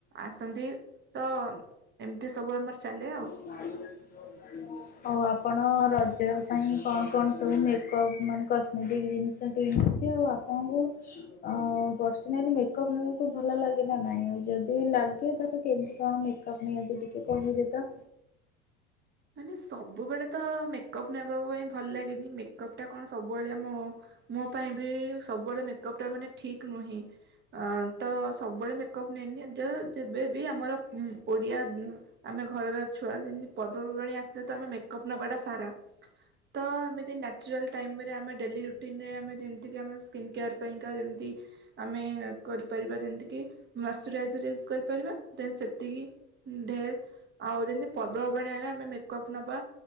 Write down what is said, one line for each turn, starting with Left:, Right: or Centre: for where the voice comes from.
Right: ଆସନ୍ତି ତ ଏମିତି ସବୁ ଆମର ଚାଲେ ଆଉ।
Left: <inaudible> ଆଉ ଆପଣ ରଜ ପାଇଁ କଣ କଣ ସବୁ ମେକପ୍ ମାନେ କସ୍ମେଟିକ୍ ଜିନିଷ ଏମତି ଆଉ ଆପଣଙ୍କୁ <inaudible> ଅ ପର୍ସନାଲି ମେକପ୍ ନବାକୁ ଭଲଲାଗେ ନା ନାଇଁ। ଯଦି ଲାଗେ ତାର କେମିତି କଣ ମେ <inaudible> ଟିକେ କହିବେ ତ।
Right: ମାନେ ସବୁବେଳେ ତ ମେକଅପ୍ ନେବା ପାଇଁ ଭଲ ଲାଗେନି ମେକଅପଟା କଣ ସବୁବେଳେ ଆମ ମୋ ପାଇଁ ବି ସବୁବେଳେ ମେକଅପ୍ ଟା ମାନେ ଠିକ୍ ନୁହେଁ ଆଁ ତ ସବୁବେଳେ ମେକଅପ୍ ନେଇନି ଯ ଯେବେବି ଆମର ଓଡ଼ିଆ ଆମେ ଘରର ଛୁଆ ଯେମିତି ପର୍ବପର୍ବାଣୀ ଆସିଲେତ ଆମେ ମେକଅପ୍ ନେବାଟା ସାରା ତ ଏମିତି ନ୍ୟାଚୁରାଲ ଟାଇମରେ ଆମେ ଡେଲି ରୁଟିନରେ ଆମେ ଯେମିତିକି ଆମେ ସ୍କିନକେୟାର୍ ପାଇଁକା ଯେମିତି ଆମେ କରିପାରିବା ଯେମିତିକି ମଶ୍ଚରାଇଜର ୟୁଜ କରିପାରିବା ଦେନ ସେତିକି ଢେର ଆଉ ରହିଲା ପର୍ବ ଆମେ ମେକଅପ୍ ନବା